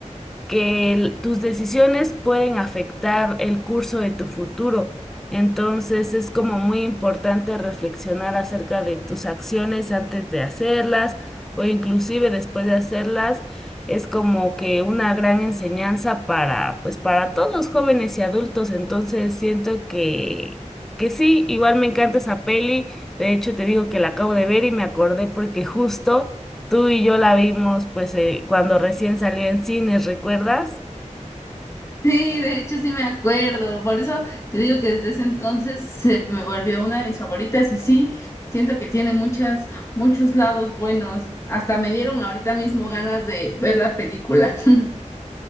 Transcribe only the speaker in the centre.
que el- tus decisiones pueden afectar el curso de tu futuro. Entonces es como muy importante reflexionar acerca de tus acciones antes de hacerlas o inclusive después de hacerlas. Es como que una gran enseñanza para, pues para todos jóvenes y adultos. Entonces siento que, que sí, igual me encanta esa peli. De hecho, te digo que la acabo de ver y me acordé porque justo Tú y yo la vimos pues eh, cuando recién salió en cines, ¿recuerdas?